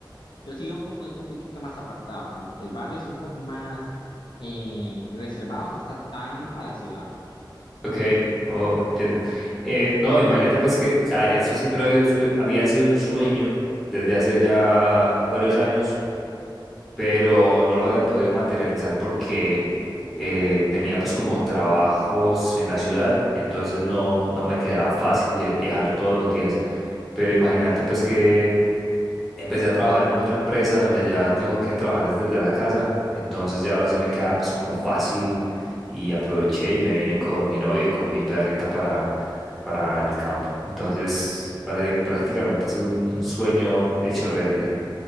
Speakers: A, on the left (about 70°); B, in the centre.
A: pero sí vivo un poco, un poquito más apartado, como que el barrio es un poco más eh, reservado, no está tan a la ciudad.
B: Ok, oh, entiendo. Eh, no, imagínate pues que, o sea, esto siempre había, su- había sido un sueño desde hace ya varios años pero no lo había podido materializar porque eh, tenía pues como trabajos en la ciudad, entonces no, no me quedaba fácil de viajar todos los días. Pero imagínate pues que empecé a trabajar en otra empresa donde ya tengo que trabajar es desde la casa, entonces ya ahora sí me queda pues como fácil y aproveché y me vine con mi novia y con mi perrita para, para el campo. Entonces, para- prácticamente es un sueño hecho realidad.